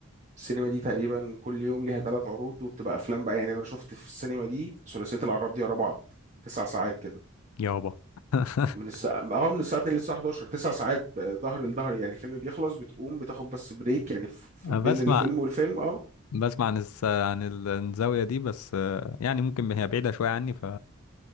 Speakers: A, on the right; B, on the left.
A: السينما دي تقريبا كل يوم ليها ثلاث عروض وبتبقى افلام بقى يعني انا شفت في السينما دي ثلاثيه العراب دي ورا بعض تسع ساعات كده
B: يابا <laughs>
A: من الساعة هو من الساعة 2 للساعة 11 تسع ساعات آه، ظهر لظهر يعني الفيلم بيخلص بتقوم بتاخد بس بريك يعني في في
B: أنا
A: بين
B: بسمع
A: الفيلم والفيلم اه
B: بسمع عن الس... عن ال- الزاوية دي بس آه، يعني ممكن هي بعيدة شوية عني ف